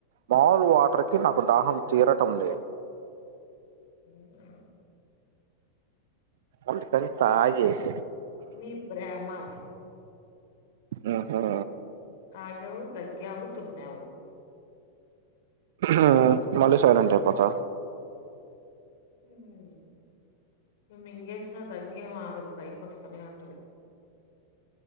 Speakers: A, on the right; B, on the left.
A: మాముల్ వాటర్కిి నాకు దాహం తీరటం లేదు
B: ఉ
A: అందుకనీ తాగేస
B: నీ భ్రమ అది
A: ఓహ
B: తాగావ్ దగ్గావ్ తుమ్మావ్
A: ఆ మళ్ళీ సైలెంట్ అయిపోతా
B: ఉం నువ్వు మింగేసినా దగ్గేం ఆగదు పైకి వస్తానే ఉంటది